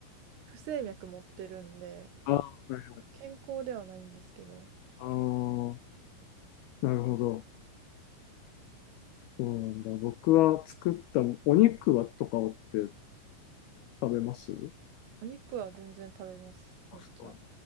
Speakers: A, on the right (about 80°); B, on the left (about 90°).
A: 不整脈持ってるんで、
B: あ、はいはい。
A: 健康ではないんですけど、
B: あーなるほど。そうなんだ。僕は作ったお肉はとかって食べます
A: お肉は全然食べます。
B: あ、
A: めっちゃ。
B: そうなんだ。